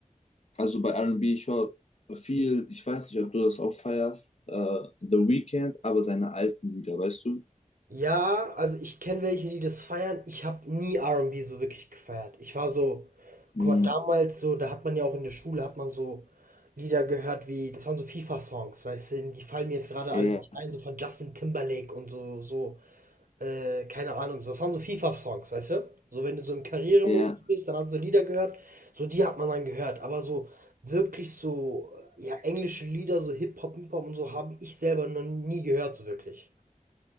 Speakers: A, on the left; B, on the right.
A: also bei R und B ich höre viel, ich weiß nicht, ob du das auch feierst, äh, The Weeknd, aber seine alten Lieder, weißt du?
B: Ja, also ich kenne welche, die das feiern. Ich habe nie R&B so wirklich gefeiert. Ich war so,
A: Hm,
B: guck mal, damals so, da hat man ja auch in der Schule, hat man so Lieder gehört wie, das waren so FIFA-Songs, weißt du, die fallen mir jetzt gerade
A: ja,
B: alle nicht ein, so von Justin Timberlake und so, so. Äh, keine Ahnung, das waren so FIFA-Songs, weißt du? So, wenn du so im Karrieremodus
A: ja,
B: bist, dann hast du so Lieder gehört, so die hat man dann gehört. Aber so wirklich so, ja, englische Lieder, so Hip-Hop, Hip-Hop und so, habe ich selber noch nie gehört, so wirklich.